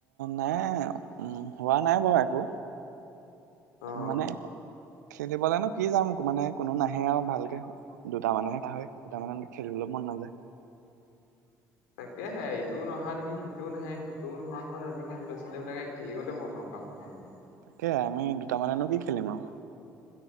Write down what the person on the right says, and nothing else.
নাই উ হোৱা নাই বাৰু একো।
মানে খেলিবলে নো কি যাম, মানে কোনো নাহে আৰু ভালকে দুটা মানুহে হয় দুটা মান খেলিবলৈ মন নাযায়
তাকে আমি দুটামানেনো কি খেলিম আৰু।